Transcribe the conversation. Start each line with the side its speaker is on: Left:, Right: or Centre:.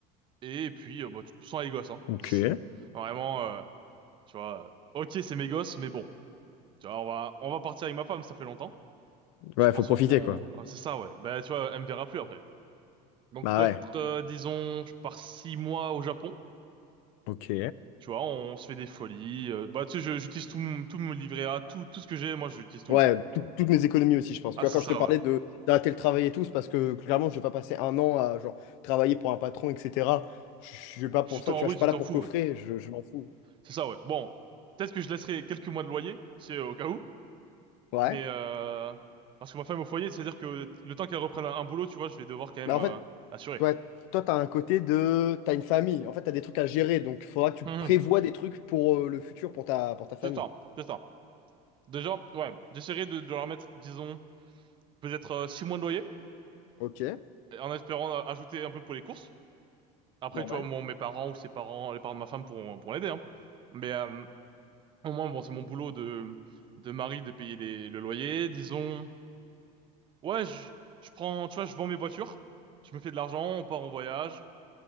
Right: Et puis, euh, bah, tu- sans les gosses, hein.
Left: ok.
Right: Vraiment, euh, tu vois, euh, ok, c'est mes gosses, mais bon. Tu vois, on va, on va partir avec ma femme, ça fait longtemps.
Left: Ouais,
Right: Je pense
Left: faut profiter,
Right: on, on-
Left: quoi.
Right: ah, c'est ça ouais. Bah tu vois, elle me verra plus après. Donc
Left: Bah
Right: peut-être
Left: ouais.
Right: euh, disons je pars six mois au Japon.
Left: Ok.
Right: Tu vois, on, se fait des folies. euh, bah tu sais, je- j'utilise tout mon- tout mon livret A, tout tout ce que j'ai, moi j'utilise tout.
Left: Ouais,
Right: hein.
Left: tout- toutes mes économies aussi, je pense.
Right: Ah
Left: Tu vois,
Right: c'est
Left: quand
Right: ça
Left: je te parlais
Right: ouais.
Left: de d'arrêter le travail et tout, c'est parce que clairement, je vais pas passer un an à genre travailler pour un patron, etc. Je je suis pas pour
Right: Tu t'en
Left: ça, tu vois,
Right: oui
Left: je suis
Right: tu
Left: pas
Right: t'en
Left: là pour
Right: fous
Left: coffrer,
Right: ouais.
Left: je, je m'en fous.
Right: C'est ça ouais. Bon, peut-être que je laisserai quelques mois de loyer, c'est au cas où.
Left: Ouais.
Right: Mais euh, parce que ma femme est au foyer, c'est-à-dire que le temps qu'elle reprenne un, un boulot, tu vois, je vais devoir quand même
Left: Mais en
Right: euh,
Left: fait,
Right: assurer.
Left: ouais, toi, t'as un côté de. T'as une famille. En fait, t'as des trucs à gérer. Donc, il faudra que tu
Right: Hum,
Left: prévois
Right: hum.
Left: des trucs pour euh, le futur, pour ta, pour ta famille.
Right: C'est ça, c'est ça. Déjà ouais, j'essaierai de, de leur mettre disons peut-être euh, six mois de loyer.
Left: Ok.
Right: en espérant euh, ajouter un peu pour les courses. Après,
Left: Normal.
Right: tu vois, bon, mes parents ou ses parents, les parents de ma femme pourront, pourront l'aider, hein. Mais euh, au moins, bon, c'est mon boulot de, de mari de payer les, le loyer. Disons, ouais, je, je prends, tu vois, je vends mes voitures, je me fais de l'argent, on part en voyage,